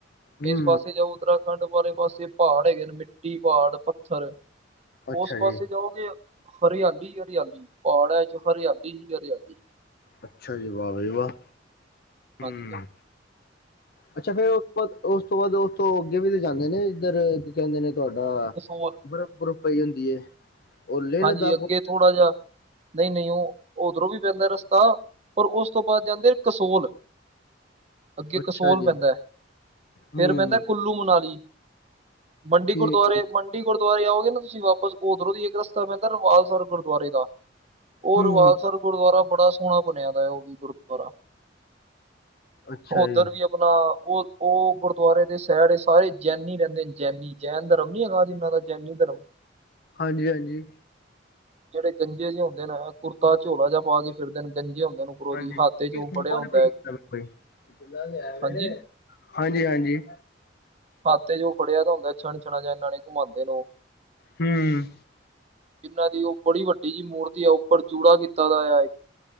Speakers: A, on the left; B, on the right.
A: ਹੂੰ
B: ਇਸ ਪਾਸੇ ਜਾਓ, ਉੱਤਰਾਖੰਡ ਵਾਲੇ ਪਾਸੇ, ਪਆੜ ਹੈਗੇ ਨੇ, ਮਿੱਟੀ, ਪਾੜ, ਪੱਥਰ।
A: ਅੱਛਾ
B: ਉਸ ਪਾਸੇ
A: ਜੀ
B: ਜਾਓਗੇ, ਹਰਿਆਲੀ ਈ ਹਰਿਆਲੀ, ਪਾੜਾ ਇੱਚ ਹਰਿਆਲੀ ਈ ਹਰਿਆਲੀ।
A: ਅੱਛਾ ਜੀ, ਵਾਹ ਬਈ ਵਾਹ। ਹੂੰ
B: ਹਾਂਜੀ ਹਾਂ।
A: ਅੱਛਾ ਫੇਰ ਉਸ ਤੋਂ ਬਾਦ, ਉਸ ਤੋਂ ਬਾਅਦ ਉਸ ਤੋਂ ਅੱਗੇ ਵੀ ਤੇ ਜਾਂਦੇ ਨੇ, ਇੱਧਰ ਕੀ ਕਹਿੰਦੇ ਨੇ ਤੁਹਾਡਾ,
B: ਕਸੋਲ
A: ਬਰਫ ਬੁਰਫ ਪਈ ਹੁੰਦੀ ਏ? ਉਹ ਲੇਹ
B: ਹਾਂਜੀ,
A: ਲਦਾਖ
B: ਅੱਗੇ
A: ਵੱਲ।
B: ਥੋੜ੍ਹਾ ਜਿਆ ਨਈ-ਨਈ ਉਹ, ਉਧਰੋਂ ਵੀ ਪੈਂਦਾ ਰਸਤਾ। ਔਰ ਉਸ ਤੋਂ ਬਾਅਦ ਜਾਂਦੇ ਨੇ ਕਸੋਲ। ਅੱਗੇ
A: ਅੱਛਾ
B: ਕਸੋਲ
A: ਜੀ
B: ਪੈਂਦਾ ਏ, ਫੇਰ
A: ਹੂੰ
B: ਪੇਂਦਾ ਕੁੱਲ ਕੁੱਲੂ ਮਨਾਲੀ, ਮੰਡੀ
A: ਠੀਕ
B: ਗੁਰਦੁਆਰੇ,
A: ਹੈ
B: ਮੰਡੀ ਗੁਰਦੁਆਰੇ ਆਓਗੇ ਨਾ ਤੁਸੀਂ ਵਾਪਸ, ਉਧਰੋਂ ਦੀ ਇੱਕ ਰਸ ਸੀਦਾ ਪੈਂਦਾ ਰੁਵਾਲਸਰ ਗੁਰਦੁਆਰੇ ਦਾ, ਉਹ
A: ਹੂੰ
B: ਰੁਵਾਲਸਰ ਗੁਰਦੁਆਰਾ ਬੜਾ ਸੋਹਣਾ ਬਣਿਆ ਦਾ ਉਹ ਵੀ ਗੁਰਦੁਆਰਾ,
A: ਅੱਛਾ
B: ਉੱਧਰ
A: ਜੀ
B: ਵੀ ਅਪਣਾ ਉਹ-ਉਹ ਗੁਰਦੁਆਰੇ ਦੇ ਸੈਡ ਚ ਸਾਰੇ ਜੈਨੀ ਰਹਿੰਦੇ ਨੇ, ਜੈਨੀ। ਜੈਨ ਧਰਮ ਨੀ ਹੈਗਾ, ਜਿੰਨਾ ਦਾ ਜੈਨੀ ਧਰਮ।
A: ਹਾਂਜੀ-ਹਾਂਜੀ।
B: ਜਿਹੜੇ ਗੰਜੇ ਜੇ ਹੁੰਦੇ ਨੇ, ਕੁੜਤਾ ਝੋਲਾ ਜਾ ਪਾ ਕੇ ਫਿਰਦੇ ਨੇ, ਗੰਜੇ ਹੁੰਦੇ ਨੇ ਉੱਪਰੋਂ
A: ਹਾਂਜੀ
B: ਦੀ ਹਾਤੇ ਜੋ
A: <unintelligible> ਚੂਲਾਹ
B: ਫੜਿਆ ਹੁੰਦਾ ਹੈ
A: ਲਿਆਯਾ ਵੇ,
B: ਹਾਂਜੀ
A: ਹਾਂਜੀ-ਹਾਂਜੀ।
B: ਹਾਥ ਇੱਚ ਔ ਫੜਿਆ ਦਾ ਹੁੰਦਾ ਹੈ ਛਣਛਣਾ ਜੇਆ ਇਨ੍ਹਾਂ ਨੇ ਘੁਮਾਉਂਦੇ ਨੇ ਉਹ।
A: ਹੂੰ
B: ਜਿਨ੍ਹਾਂ ਦੀ ਔ ਬੜੀ ਵੱਡੀ ਜਿਹੀ ਮੂਰਤੀ ਹੈ, ਉਪਰ ਜੂੜਾ ਕੀਤਾ ਦਾ ਆਯਾ